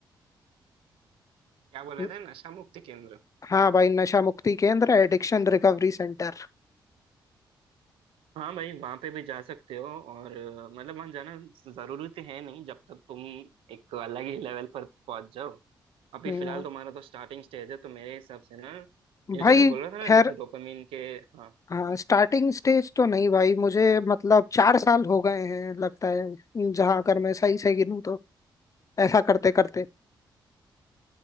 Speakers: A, on the right; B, on the left.
A: क्या बोल
B: न-
A: रहे थे नशा मुक्ति केंद्र
B: हाँ भाई नशा मुक्ति केंद्र एडिक्शन रिकवरी सेंटर
A: हाँ भाई वहाँ पे भी जा सकते हो और अ, मतलब वहाँ जाना जरूरी तो है नहीं जब तक तुम एक अलग ही लेवल पर पहुंच जाओ अभी
B: हम्म,
A: फिलहाल तुम्हारा तो स्टार्टिंग स्टेज है तो मेरे हिसाब से ना ये
B: भाई
A: जो मैं बोल रहा था ना
B: खैर
A: जैसे डोपामिन के हाँ
B: हाँ स्टार्टिंग स्टेज तो नहीं भाई मुझे मतलब चार साल हो गए हैं लगता है जहाँ अगर मैं सही से गिनूँ तो ऐसा करते करते